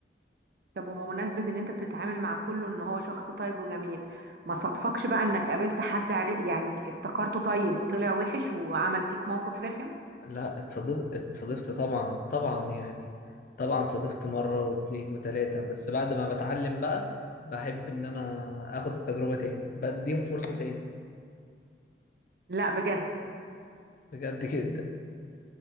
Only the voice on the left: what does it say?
لا اتصادف اتصادفت طبعا طبعا يعني طبعا صادفت مرة واتنين وتلاتة بس بعد ما بتعلم بقى بحب ان انا اخد التجربة تاني بديهم فرصة تاني
بجد جدا